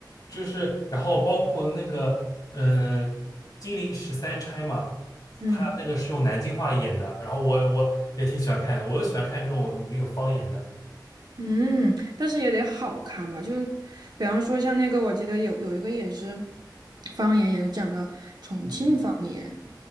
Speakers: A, on the left; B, on the right.
A: 就是，然后包括那个，嗯、金陵十三钗嘛，
B: 嗯
A: 他那个是用南京话演的，然后我我也挺喜欢看的，我就喜欢看这种里面有方言的，
B: 嗯，但是也得好看吧？就比方说像那个，我记得有有一个也是方言，也是讲的重庆方言，
A: 嗯，